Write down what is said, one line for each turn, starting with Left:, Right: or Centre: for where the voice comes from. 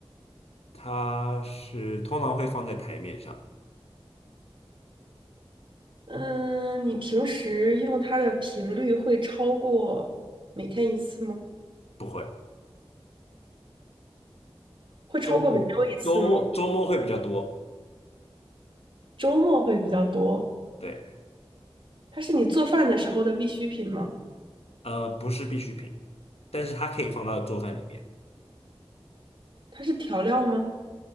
Left: 它是通常会放在台面上，
Right: 嗯，你平时用它的频率会超过每天一次吗？
Left: 不会。
Right: 会超过每周一次吗？
Left: 周末周末周末会比较多，
Right: 周末会比较多。
Left: 对，
Right: 它是你做饭的时候的必需品吗？
Left: 呃，不是必需品，但是它可以放到做饭里面，
Right: 它是调料吗？